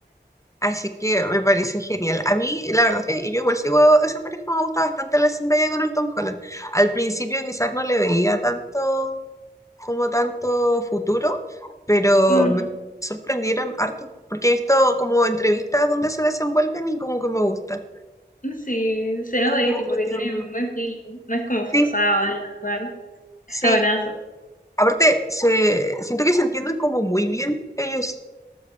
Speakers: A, on the left; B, on the left.
A: Así que me parece genial. A mí, la verdad es que yo igual sigo a esa pareja, me gusta bastante la Zendaya con el Tom Holland. Al principio quizás no le veía tanto, como tanto futuro, pero
B: Mm,
A: me sorprendieron harto, porque he visto como entrevistas donde se desenvuelven y como que me gusta.
B: sí, se nota
A: Los
B: ahí,
A: encuentro
B: tipo, que
A: tiernos.
B: tienen un buen feeling. No es como forzado,
A: Sí,
B: no es nada raro.
A: sí.
B: Está buenazo.
A: Aparte, se, siento que se entienden como muy bien ellos.